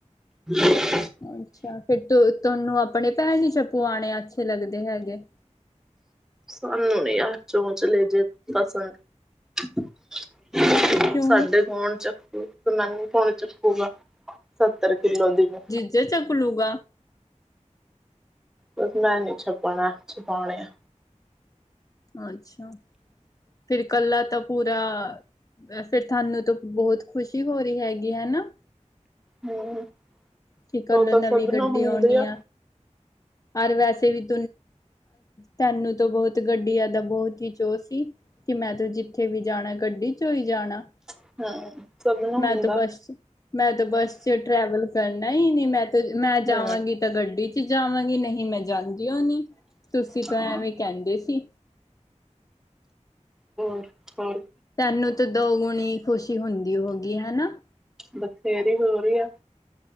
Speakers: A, in the centre; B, on the left.
A: <unintelligible>
B: ਅੱਛਾ ਫਿਰ ਤੁ ਤੁਹਾਨੂੰ ਆਪਣੇ ਪੈਰ ਵੀ ਛਪਵਾਣੇ ਅੱਛੇ ਲੱਗਦੇ ਹੈਗੇ?
A: ਸਾਨੂੰ ਨੀ ਐਹ ਚੋਂਚਲੇ ਜੇ ਪਸੰਦ। <unintelligible>
B: ਕਿਉਂ
A: ਸਾਡੇ ਕੋਣ ਚੱਕੂ ਤੇ ਮੈਨੂੰ ਕੌਣ ਚੱਕੂਗਾ ਸੱਤਰ ਕਿੱਲੋ ਦੀ ਮੈਂ।
B: ਜੈ ਚੱਕ ਲੂਗਾ।
A: ਬਸ ਮੈਂ ਨੀ ਛਪਾਣਾ ਛਪਾਉਣੇ ਆ।
B: ਅੱਛਾ ਫਿਰ ਕੱਲਾ ਤਾਂ ਪੂਰਾ ਵੈਸੇ ਤਾਨੂੰ ਤਾਂ ਬਹੁਤ ਖੁਸ਼ੀ ਹੋ ਰਹੀ ਹੈਗੀ ਹੈਨਾ?
A: ਹੂੰ,
B: ਕਿ ਕੱਲ
A: ਉਹ ਤਾਂ
B: ਨਵੀਂ
A: ਸਭ
B: ਗੱਡੀ
A: ਨਾਲ ਹੁੰਦੀ
B: ਆਉਣੀ
A: ਆ।
B: ਔਰ ਵੈਸੇ ਵੀ <unintelligible> ਤਾਨੂੰ ਤਾਂ ਬਹੁਤ ਗੱਡੀਆਂ ਦਾ ਬਹੁਤ ਹੀ ਚੋਅ ਸੀ। ਕਿ ਮੈਂ ਤਾਂ ਜਿੱਥੇ ਵੀ ਜਾਣਾ ਗੱਡੀ ਚੱ ਈ ਜਾਣਾ।
A: <unintelligible>
B: ਮੈਂ
A: ਹੁੰਦਾ
B: ਤੇ ਬੱਸ ਚੱ ਮੈ ਤੇ ਬੱਸ ਚ ਟਰੈਵਲ ਕਰਨਾ ਈ ਨੀ ਮੈਂ ਤੇ ਮੈਂ
A: ਹੂੰ
B: ਜਾਵਾਂਗੀ ਤਾਂ ਗੱਡੀ ਚ ਜਾਵਾਂਗੀ ਨਹੀਂ ਮੈਂ ਜਾਂਦੀਯੋ ਨੀ ਤੁਸੀਂ
A: ਹਾਂ
B: ਤਾਂ ਐਵੇਂ ਕਹਿੰਦੇ ਸੀ।
A: ਹੋਰ-ਹੋਰ?
B: ਤੈਨੂੰ ਤਾਂ ਦੋਗੁਣੀ ਖੁਸ਼ੀ ਹੁੰਦੀ ਹੋਉਗੀ ਹੈਨਾ?
A: ਬਥੇਰੀ ਹੋ ਰਹੀ ਆ।